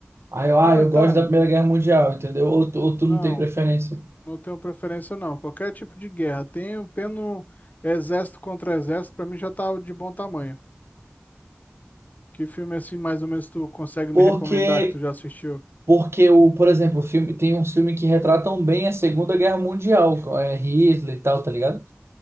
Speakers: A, on the right (about 80°); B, on the left (about 40°).
A: Ah, eu,
B: Não,
A: ah, eu
B: então,
A: gosto da Primeira Guerra Mundial, entendeu? Ou tu, ou tu
B: não,
A: não tem preferência.
B: não tenho preferência não. Qualquer tipo de guerra. Tenho, tendo exército contra exército, pra mim já tá de bom tamanho. Que filme assim, mais ou menos, tu consegue
A: Porque
B: me recomendar que tu já assistiu?
A: Porque o, por exemplo, o filme tem uns filmes que retratam bem a Segunda Guerra Mundial, co- é Hitler e tal, tá ligado?